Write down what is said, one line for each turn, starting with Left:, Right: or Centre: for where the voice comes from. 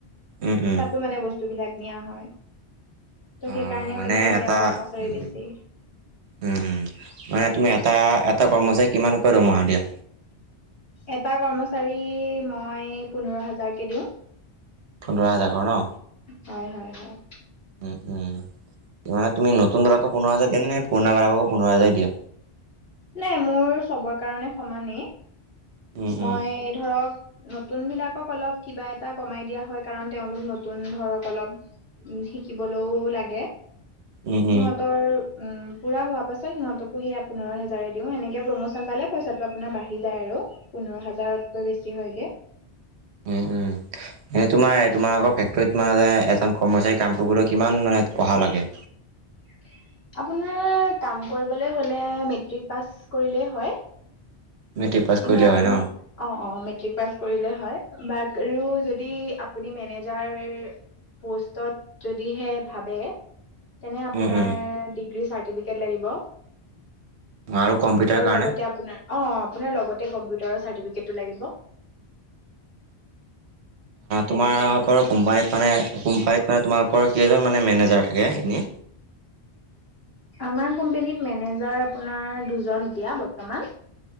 Right: উম উম
Left: তাতো মানে বস্তুবিলাক নিয়া হয়। ত'
Right: অ
Left: সেইকাৰণে মানে এতিয়া
Right: এটা
Left: কৰ্মচাৰী
Right: উম
Left: বেছি।
Right: উম উম মানে তুমি এটা, এটা কৰ্মচাৰীক কিমানকৈ দৰমহা দিয়া?
Left: এটা কৰ্মচাৰী, মই পোন্ধৰ হাজাৰকে দিওঁ।
Right: পোন্ধৰ হাজাৰ কৰ ন?
Left: হয় হয় হয়।
Right: উম উম। মানে তুমি নতুন বিলাকো পোন্ধৰ হাজাৰ দিয়া নে পুৰনা বিলাককো পোনন্ধৰই হাজাৰ দিয়া?
Left: নাই মোৰ চবৰ কাৰণে সমানেই,
Right: উম
Left: মই
Right: উম
Left: ধৰক নতুন বিলাকক অলপ কিবা এটা কমাই দিয়া হয় কাৰণ তেওঁলোক নতুন ধৰক অলপ শিকিবলৈও লাগে
Right: উম উম
Left: সিহঁতৰ উম। পূৰা হোৱা পাছত সিহঁতকো সেয়া পোন্ধৰ হেজাৰে দিওঁ, এনেযে প্ৰম'চন পালে পইচা আপোনাৰ বাঢ়ি যায় আৰু। পোন্ধৰ হাজাৰতকৈ বেছি হয়গে।
Right: উম উম। এ তোমাৰ তোমাৰ আগৰ ফেক্টৰীত মানে এজন কৰ্মচাৰী কাম কৰিবলৈ কিমান মানে পঢ়া লাগে?
Left: <unintelligible> আপোনাৰ কাম কৰিবলৈ হ'লে মেট্ৰিক পাছ কৰিলেই হয়।
Right: মেট্ৰিক পাছ
Left: এনে
Right: কৰিলে
Left: আপুনি
Right: হয় ন
Left: অ অ ম মেট্ৰিক পাছ কৰিলে হয় বাকৰো যদি আপুনি মেনেজাৰ পোষ্টত যদিহে ভাবে তেনে আপোনাৰ
Right: উম উম
Left: ডিগ্ৰী চাৰ্টিফিকেট লাগিব।
Right: আৰু কম্পিউটাৰ
Left: আৰু
Right: কাৰণে
Left: লগতে অপোনাৰ অ আপোনাৰ লগতে কম্পিউটাৰ চাৰ্টিফিকেট টো লাগিব। তেনেকে
Right: তোমালোকৰ
Left: আৰু
Right: কোম্পানীত মানে কোম্পানীত মানে তোমালোকৰ কেইজন মানে মেনেজাৰ থাকে এনে
Left: আমাৰ কোম্পানীত মেনেজাৰ আপোনাৰ দুজন এতিয়া বৰ্তমান।